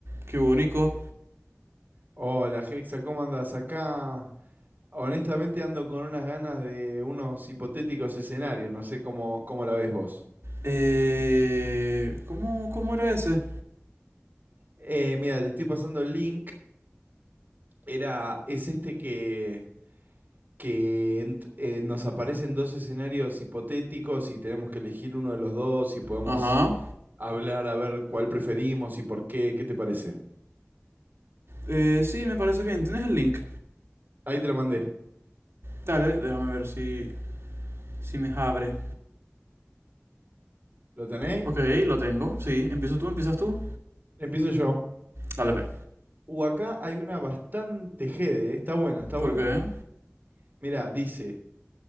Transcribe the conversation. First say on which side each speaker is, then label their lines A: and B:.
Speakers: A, on the right (about 70°); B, on the right (about 45°).
A: Qué bonito.
B: Hola Hexa, ¿cómo andás? Acá honestamente ando con unas ganas de unos hipotéticos escenarios, no sé cómo, cómo la ves vos.
A: Eh, ¿cómo, ¿Cómo era ese?
B: Eh, mira, te estoy pasando el link, era, es este que, que ent- eh, nos aparecen dos escenarios hipotéticos y tenemos que elegir uno de los dos y podemos
A: Ajá.
B: hablar a ver cuál preferimos y por qué, ¿qué te parece?
A: Eh, sí, me parece bien. ¿Tienes el link?
B: Ahí te lo mandé,
A: Dale, déjame ver si, si me abre.
B: ¿lo tenéis?
A: Ok, lo tengo. Sí, empiezo tú, empiezas tú.
B: Empiezo yo.
A: Dale, ve.
B: Uh, acá hay una bastante jede, eh, está buena, está
A: ¿Por
B: buena.
A: qué?
B: Mira, dice...